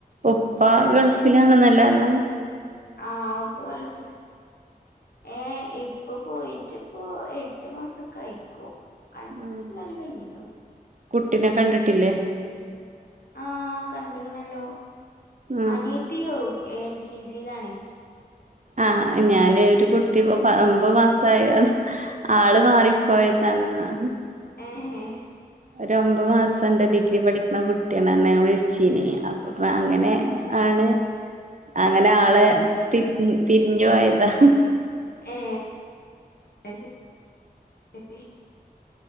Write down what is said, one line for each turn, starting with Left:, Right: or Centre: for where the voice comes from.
Right: ഉപ്പ
Left: വേറെ
Right: ഗൾഫിലാണെന്നല്ലേ പറഞ്ഞേ
Left: ആഹ് ഉപ്പ ഗൾഫിലാ ഏ ഇപ്പ പോയിട്ട് ഇപ്പ എട്ട് മാസൊക്കെ അയിക്കും അഞ്ച്
Right: ആഹ്
Left: മാസം എന്തായിലും കഴിഞ്ഞിക്കണ്
Right: കുട്ടിനെ കണ്ടിട്ടില്ലേ
Left: ആ കണ്ടക്കണല്ലോ
Right: ആഹ്
Left: അനീയത്തി യൂ എൽ കെ ജിയിലാണെ
Right: ആഹ് ഞാന് ഒരു കുട്ടി ഒമ്പത് മാസമായി അത് ആള് മാറിപ്പോയതാണെന്ന്
Left: <unintelligible>
Right: ഒര് ഒമ്പത് മാസം ണ്ട് ഡിഗ്രി പഠിക്കണ കുട്ടിയാണ് അന്ന് ഞാൻ വിളിച്ചീനി അപ്പ അങ്ങനെ ആണ് അങ്ങനെ ആളെ തിരി തിരിഞ്ഞു പോയതാ
Left: ഏ ശരി